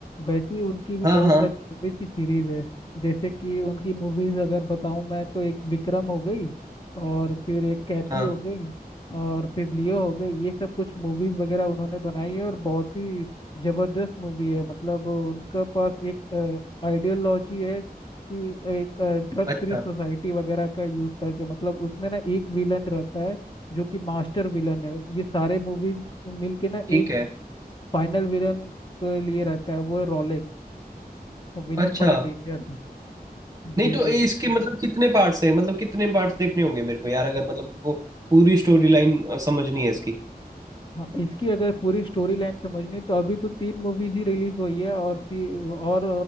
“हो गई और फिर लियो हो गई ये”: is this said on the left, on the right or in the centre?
Left